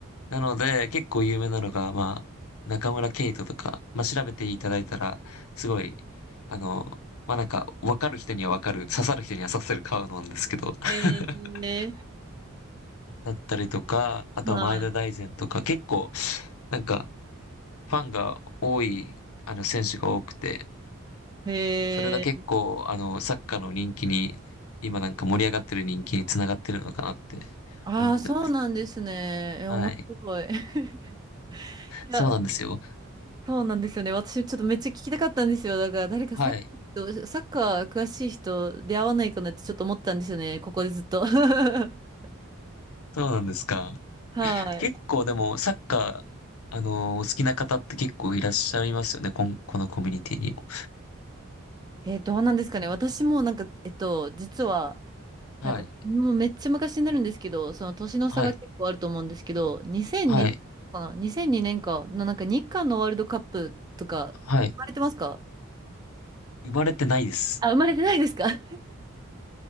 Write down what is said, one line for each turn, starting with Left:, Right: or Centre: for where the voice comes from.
Left: なので、結構有名なのが、まあ、中村ケイトとか、まあ、調べていただいたら、すごい、あの、まあ、なんか、わかる人にはわかる、刺さる人には刺さる顔なんですけど、<laughs>
Right: へえ、
Left: だったりとか、あとは前田大然とか、
Right: は
Left: 結構、なんか、ファンが多い、あの、選手が多くて、
Right: い。へえ、
Left: それが結構、あの、サッカーの人気に、今なんか盛り上がってる人気につながってるのかなって
Right: ああ、
Left: 思ってます。
Right: そうなんですね。え、
Left: はい。
Right: 面白い。<laughs> いや、
Left: そうなんですよ。
Right: そうなんですよね。私、ちょっとめっちゃ聞きたかったんですよ。だから、誰かサッカー、
Left: はい。
Right: サッカー詳しい人出会わないかなってちょっと思ったんですよね。ここでずっと。<laughs>
Left: そうなんですか。
Right: はい。
Left: 結構でも、サッカー、あのーお好きな方って結構いらっしゃいますよね。こん、このコミュニティにも。
Right: え、どうなんですかね。私もなんか、えっと、実は、
Left: はい。
Right: なんか、もうめっちゃ昔になるんですけど、その年の差が結構あると思うんですけど、
Left: はい。
Right: 2002年かな
Left: はい。
Right: ?2002 年かのなんか日韓のワールドカップとか、
Left: はい。
Right: 生まれてますか
Left: 生まれてないです。
Right: あ、生まれてないですか <laughs>